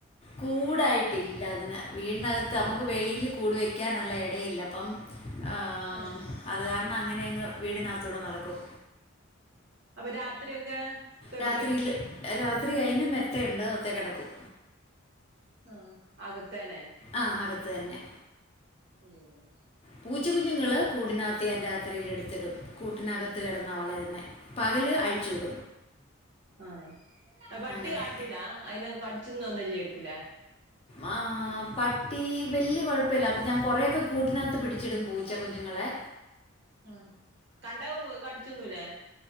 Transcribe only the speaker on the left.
കൂടായിട്ടില്ലതിന്. വീടിനകത്ത് അമക്ക് വെളിയിൽ കൂട് വെക്ക്യാന്ള്ള എടയില്ല. അപ്പം ആഹ്
അത് കാരണം അങ്ങന്യങ്ങ് വീടിനകത്തൂടെ നടക്കും.
രാത്രിയില് രാത്രി അയ്ന് മെത്തയുണ്ട്. മെത്തെ കെടക്കും.
ആഹ് അകത്ത് തന്നെ.
പൂച്ച കുുഞ്ഞുങ്ങള് കൂടിനകത്ത് ഞാൻ രാത്രിയിലിട്ത്ത്ടും കൂട്ടിനകത്ത്‌ കെടന്നാ വളര്ന്നേ. പകല് അഴിച്ച് വിടും.
അങ്ങനെ
ആഹ് പട്ടി വെല്ല്യ കൊഴപ്പല്ല അപ്പൊ ഞാൻ കൊറേക്കെ കൂട്ടിനകത്ത് പിടിച്ചിടും പൂച്ച കുഞ്ഞുങ്ങളെ.